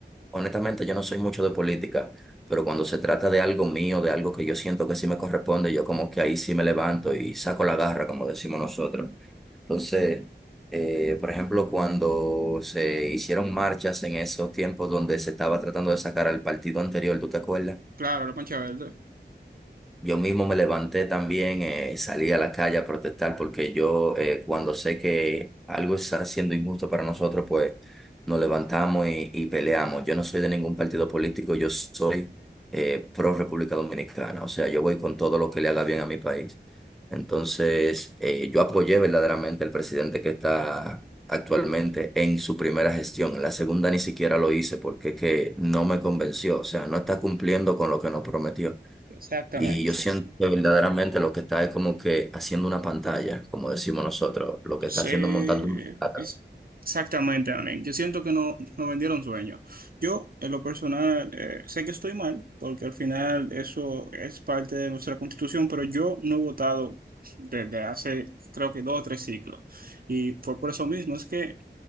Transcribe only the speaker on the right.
Claro, la pancha verde.
Exactamente.
Sí,
es- exactamente, Anen. Yo siento que no, nos vendieron sueños. Yo, en lo personal, eh, sé que estoy mal, porque al final eso es parte de nuestra constitución, pero yo no he votado desde hace, creo que dos o tres ciclos. Y fue por eso mismo, es que